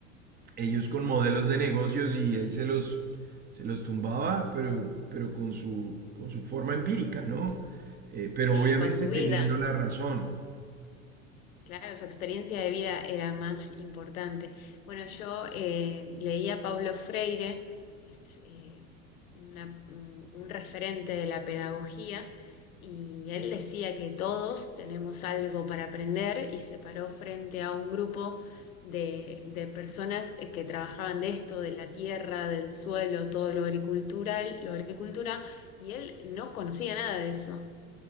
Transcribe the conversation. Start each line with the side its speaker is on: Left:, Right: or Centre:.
Right: ellos con modelos de negocios y él se los, se los tumbaba, pero, pero con su, con su forma empírica, ¿no? Eh, pero
Left: Sí,
Right: obviamente
Left: con su
Right: teniendo
Left: vida.
Right: la razón.
Left: Claro, su experiencia de vida era más importante. Bueno, yo eh, leía a Paulo Freire, es eh, una- un un referente de la pedagogía, y él decía que todos tenemos algo para aprender y se paró frente a un grupo de, de personas eh, que trabajaban de esto, de la tierra, del suelo, todo lo agricultural, lo agricultura, y él no conocía nada de eso.